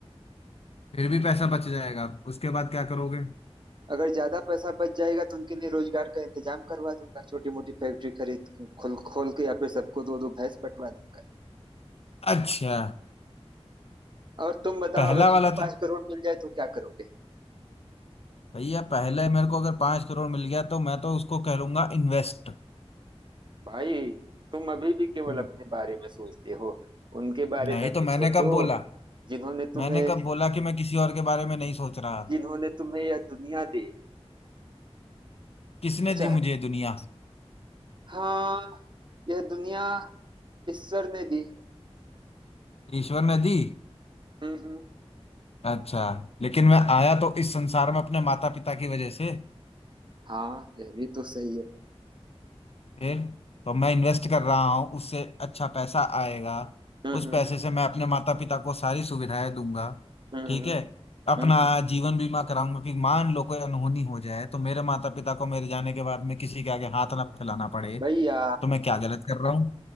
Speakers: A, on the left; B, on the right.
A: फिर भी पैसा बच जाएगा उसके बाद क्या करोगे
B: अगर ज्यादा पैसा बच जाएगा तो उनके लिए रोजगार का इंतजाम करवा दूंगा छोटी मोटी फैक्ट्री खरीद खोल खोल के या फिर सबको दो दो भैंस बंटवा दूंगा
A: अच्छा
B: और तुम बताओ
A: पहला
B: अगर तुम्हें
A: वाला
B: पांच
A: तो
B: करोड़ मिल जाए तो क्या करोगे
A: भैया पहले मेरे को अगर पांच करोड़ मिल गया तो मैं तो उसको कह लूंगा इन्वेस्ट
B: भाई तुम अभी भी केवल
A: हम्म,
B: अपने बारे में सोचते हो उनके बारे
A: नहीं
B: में
A: तो
B: भी
A: मैंने
B: सोचो
A: कब बोला
B: जिन्होंने तुम्हें
A: मैंने कब बोला कि मैं किसी और के बारे में नहीं सोच रहा
B: जिन्होंने तुम्हें यह दुनिया दी
A: किसने
B: अच्छा
A: दी मुझे ये दुनिया
B: हाँ यह दुनिया ईश्वर ने दी
A: ईश्वर ने दी
B: हम्म हम्म
A: अच्छा लेकिन मैं आया तो इस संसार में अपने माता पिता की वजह से
B: हाँ यह भी तो सही है
A: फिर तो मैं इन्वेस्ट कर रहा हूँ उससे अच्छा पैसा आएगा
B: हम्म
A: उस
B: हम्म
A: पैसे से मैं अपने माता पिता को सारी सुविधाएं दूंगा
B: हम्म हम्म
A: ठीक है अपना
B: हम्म।
A: जीवन बीमा कराऊंगा कि मान लो कोई अनहोनी हो जाए तो मेरे माता पिता को मेरे जाने के बाद में किसी के आगे हाथ ना फैलाना पड़े
B: भैया
A: तो मैं क्या गलत कर रहा हूँ